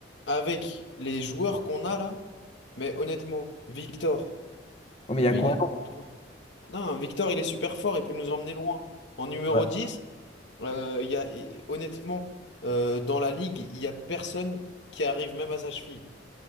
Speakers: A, on the left (about 80°); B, on the left (about 35°).
A: avec les joueurs qu'on a là, mais honnêtement, Victor,
B: Oh, mais il y
A: mais
B: a quoi?
A: il est...
B: d'autre
A: Non, Victor, il est super fort, il peut nous emmener loin. En numéro
B: Ouais.
A: dix, euh, il y a, et- honnêtement, euh, dans la ligue, il n'y a personne qui arrive même à sa cheville.